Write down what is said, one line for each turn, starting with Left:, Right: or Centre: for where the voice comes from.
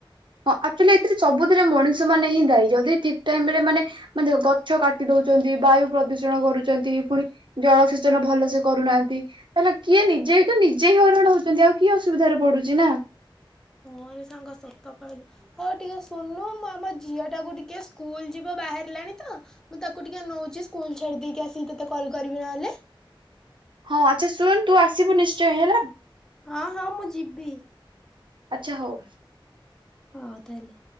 Right: ହଁ ଆକ୍ଚୁଆଲି ଏଥିରେ ସବୁଥିରେ ମଣିଷ ମାନେ ହିଁ ଦାୟୀ ଯଦି ଠିକ ଟାଇମ ରେ ମାନେ ମାନେ ଗଛ କାଟି ଦଉଛନ୍ତି ବାୟୁ ପ୍ରଦୂଷଣ କରୁଛନ୍ତି ପୁଣି ଜଳ ସେେଚନ ଭଲସେ କରୁନାହାନ୍ତି ତାହେଲେ କିଏ ନିଜେ ତ ନିଜେ ହିଁ ହଇରାଣ ହଉଛନ୍ତି ଆଉ କିଏ ଅସୁବିଧାରେ ପଡୁଛି ନା।
Centre: ହଁରେ ସାଙ୍ଗ ସତ କହିଲୁ। ହଉ ଟିକେ ଶୁନୁ ଆମ ଝିଅ ଟାକୁ ଟିକେ ସ୍କୁଲ ଯିବ ବାହାରିଲାଣି ତ ମୁଁ ତାକୁ ଟିକେ ନଉଛି ସ୍କୁଲ ଛାଡି ଦେଇକି ଆସିକି ତ ତତେ କଲ କରିବି ନହେଲେ।
Right: ହଁ ଆଚ୍ଛା ଶୁଣୁ ତୁ ଆସିବୁ ନିଶ୍ଚୟ ହେଲା।
Centre: ହଁ ହଁ ମୁଁ ଯିବି।
Right: ଆଚ୍ଛା ହଉ।
Centre: ହଁ ତାହଲେ।